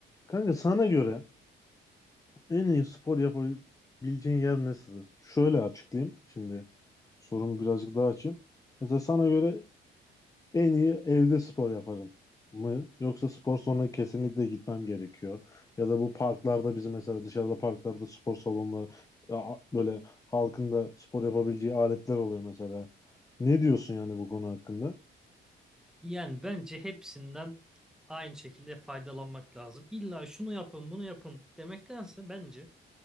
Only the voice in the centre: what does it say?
Yani bence hepsinden aynı şekilde faydalanmak lazım. İlla şunu yapın, bunu yapın demektense bence